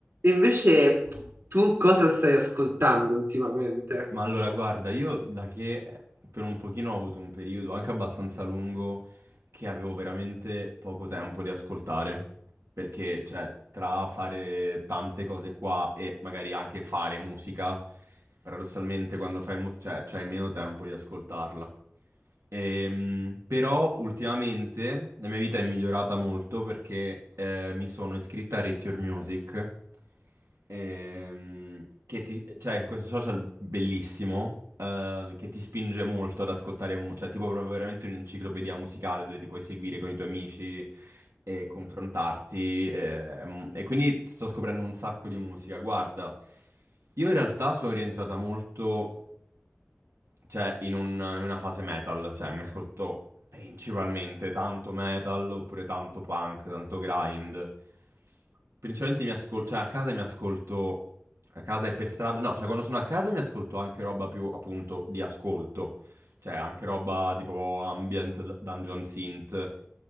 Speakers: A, on the right (about 60°); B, on the right (about 90°).
A: invece tu cosa stai ascoltando ultimamente?
B: Ma allora, guarda, io da che eh, per un pochino ho avuto un periodo anche abbastanza lungo che avevo veramente poco tempo di ascoltare, perché, cioè, tra fare tante cose qua e magari anche fare musica, paradossalmente quando fai musica, cioè, c'hai meno tempo di ascoltarla. Ehm, però ultimamente la mia vita è migliorata molto perché eh, mi sono iscritta a Rate Your Music Ehm, che ti, cioè, questo social bellissimo, eh, che ti spinge molto ad ascoltare, mu- cioè, tipo proprio veramente un'enciclopedia musicale dove ti puoi seguire con i tuoi amici e confrontarti. ehm, e quindi sto scoprendo un sacco di musica. Guarda, io in realtà sono rientrata molto cioè, in, un- in una fase metal, cioè, mi ascolto principalmente tanto metal, oppure tanto punk, tanto grind. Principalmente mi ascolto, cioè, a casa mi ascolto, a casa e per strada, no, cioè, quando sono a casa mi ascolto anche roba più, appunto, di ascolto. Cioè, anche roba tipo ambient, d- dungeon synth,